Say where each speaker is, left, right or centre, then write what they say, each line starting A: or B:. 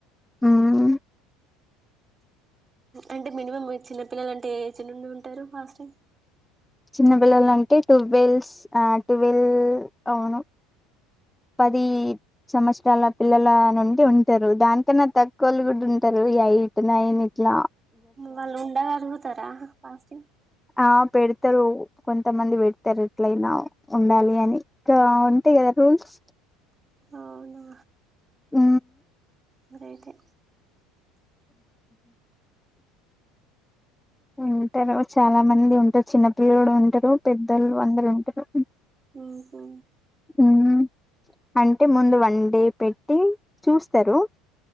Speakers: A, in the centre; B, on the right.
A: ఊమ్
B: అంటే మినిమం మీ చిన్నపిల్లలు అంటే ఏ ఏజ్ నుండి ఉంటరు ఫాస్టింగ్
A: చిన్న పిల్లలు అంటే టువెల్స్ ఆ టూవెల్ అవును పది సమష్ చాలా పిల్లల నుండి ఉంటరు దానికన్నా తక్కువోలు కూడా ఉంటారు ఎయిట్ నైన్ ఇట్లా
B: వాళ్ళు ఉండగలుగుతరా ఫాస్టింగ్
A: ఆ పెడతారు కొంతమంది వెడతారు. ఎట్లయినా ఉండాలి అని ఇకా ఉంటాయి కదా రూల్స్.
B: అవునా
A: ఊ
B: గ్రేటే
A: ఉంటరు చాలా మంది ఉంటరు. చిన్నపిల్లడు ఉంటరు. పెద్దలు అందరు ఉంటరు.
B: ఓ హో
A: అవునా అంటే ముందు వండే పెట్టి చూస్తరు